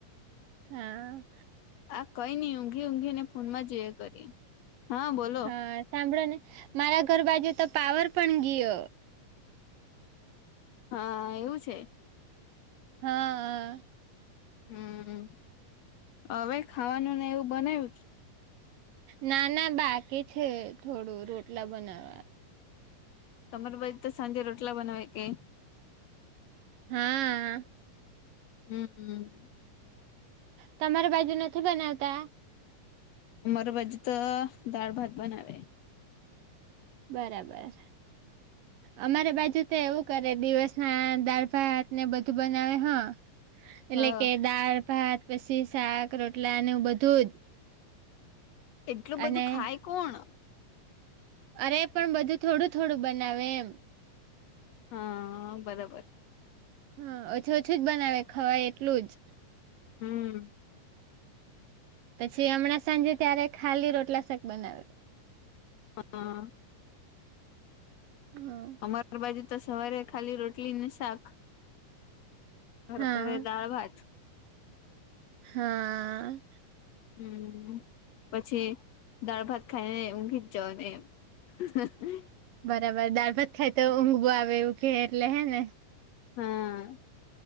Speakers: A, on the right (about 80°); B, on the left (about 70°).
A: હા
B: આ કઈ નઈ ઊંઘી ઊંઘી ને ફોનમાં જોઈએ કરી હા બોલો
A: હા સાંભળો ને મારા ઘર બાજુ તો પાવર પણ ગયો
B: હા એવું છે
A: હા
B: હમ હવે ખાવાનું ને એવું બનાવ્યું છે
A: ના ના બાકી છે થોડું રોટલા બનાવા
B: તમાર બજ તો બનાવે કે
A: હા
B: હમ
A: તમારી બાજુ નથી બનાવતા
B: ઉમર બાજ તો દાળ ભાત બનાવે
A: બરાબર અમારે બાજુ તો એવું કરે દિવસ હા દાળ ભાત ને બધું બનાવે હા
B: હા
A: કે દાળ પછી શાક રોટલાને બધું જ
B: એટલું
A: અને
B: બધું ખાય કોણ
A: અરે પણ બધું થોડું થોડું બનાવે એમ
B: હા બરાબર
A: હા ઓછુ ઓછુ જ બનાવે ખવાય એટલું જ
B: હમ
A: પછી હમણાં સાંજે ત્યારે ખાલી રોટલા શાક બનાવે
B: હા
A: હા
B: અમાર બાજુ તો સવારે ખાલી રોટલી ને શાક રાત્રે
A: હા
B: દાળ ભાત
A: હા
B: હમ પછી દાળ ભાત ખાઈને ઊંઘી જ જાવ ને એમ હ <unintelligible>
A: બરાબર દાળભાત ખાય તો ઊંઘ આવે એવું કે એટલે હે ને
B: હા